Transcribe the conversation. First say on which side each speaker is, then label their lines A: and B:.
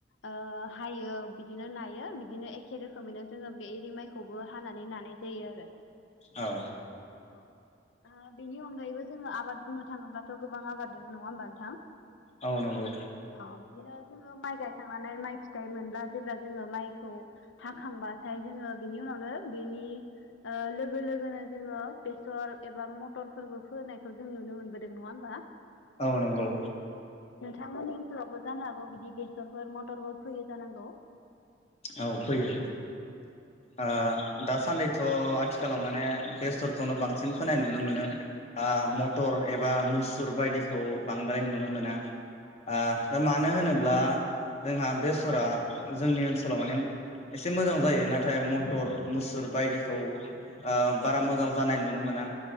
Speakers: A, on the left; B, on the left.
A: ओ हायो बिदिनो नायो बिदिनो एखे रोखोमैनो जोङो बे एरि माइखौबो हानानै नानाय जायो आरो
B: औ
A: औ ओ बेनि अनगायैबो जोङो आबाद बुंनो थाङोब्लाथ' गोबां आबाद दोङ नङा होमबा नोंथां
B: औ नंगौ
A: औ बिदिनो जोङो माइ गायखांनानै माइ फिथाइ मोनब्ला जेब्ला जोङो माइखौ हाखांबाथाय जोङो बिनि उनावनो बिनि ओ लोगो लोगोनो जोङो बेसर एबा मटरफोरबो फोनायखौ जों नुनो मोनबोदों नङा होमबा
B: औ नंगौ
A: नोंथांमोननि ओनसोलावबो जानो हागौ बिदि बेसरफोर मथरफोर फैयो जानांगौ
B: औ फैयो ओ दासान्नैथ' आथ आथिखालाव माने बेसरखौनो बांसिन फोनाय नुनो मोनो आ मटर एबा मुसुर बायदिखौ बांद्राय नुनो मोना आ दा मानो होनो ब्ला जोंहा बेसरा जोंनि ओनसो सोलाव माने एसे मोजां जायो नाथाय मटर मुसुर बायदिखौ ओ बारा मोजां जानाय नु नुनो मोना